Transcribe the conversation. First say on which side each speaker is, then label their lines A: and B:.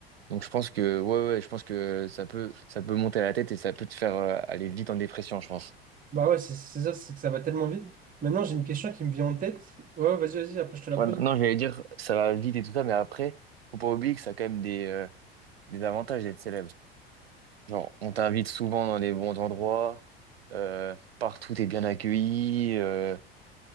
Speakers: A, on the right (about 75°); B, on the right (about 25°).
A: donc, je pense que, ouais, ouais, je pense que ça peut, ça peut monter à la tête et ça peut te faire euh, aller vite en dépression, je pense.
B: Bah ouais, c'est c'est ça, c'est que ça va tellement vite. Maintenant, j'ai une question qui me vient en tête. Ouais, vas-y, vas-y, après je te la
A: Ouais,
B: pose.
A: non, j'allais dire, ça va vite et tout ça, mais après, faut pas oublier que ça a quand même des, euh, des avantages d'être célèbre. Genre, on t'invite souvent dans les bons endroits, euh, partout t'es bien accueilli, euh,